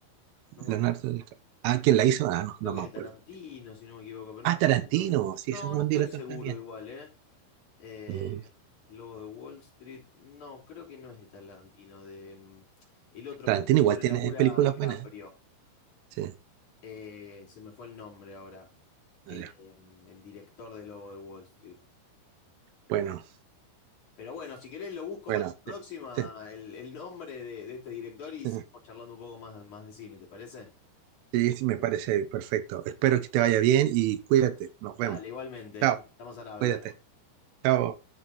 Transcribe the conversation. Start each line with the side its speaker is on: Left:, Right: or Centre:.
Left: No me
Right: Leonardo
Left: acuerdo.
Right: DiCaprio. Ah, ¿quién la hizo? Ah, no, no
Left: Creo que
Right: me
Left: es
Right: acuerdo.
Left: de Tarantino, si no me equivoco, pero
Right: Ah,
Left: no estoy.
Right: Tarantino,
Left: to-
Right: sí,
Left: No,
Right: ese es un buen
Left: no estoy
Right: director
Left: seguro
Right: también.
Left: igual, ¿eh? Eh,
Right: Mm.
Left: Lobo de Wall Street. No, creo que no es de Tarantino, de mm, el otro
Right: Tarantino
Left: con el que siempre
Right: igual tiene
Left: labura
Right: películas
Left: DiCaprio.
Right: buenas. ¿eh? Sí,
Left: Eh, se me fue el nombre ahora.
Right: vale.
Left: Eh, em, el director de Lobo de Wall Street.
Right: bueno,
Left: Pero bueno, si querés lo busco
Right: bueno,
Left: para la próxima,
Right: sí, sí,
Left: el, el nombre de, de este director y
Right: sí,
Left: seguimos charlando un poco más, más de cine, ¿te parece?
Right: Sí, sí, me parece perfecto. Espero que te vaya bien y cuídate. Nos vemos.
Left: Dale, igualmente,
Right: Chao,
Left: que estamos al habla.
Right: cuídate. Chao.